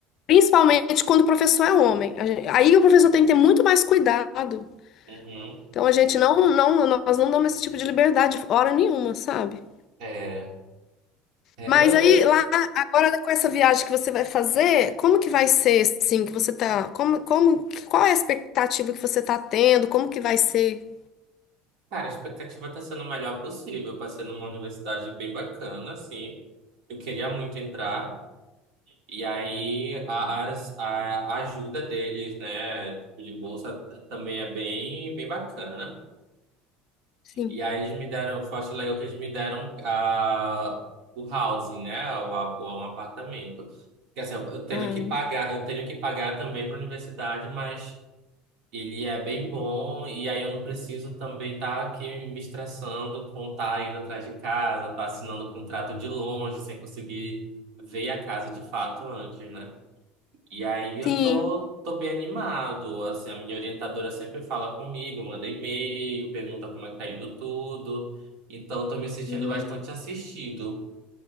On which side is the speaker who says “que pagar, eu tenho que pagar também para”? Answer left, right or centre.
Right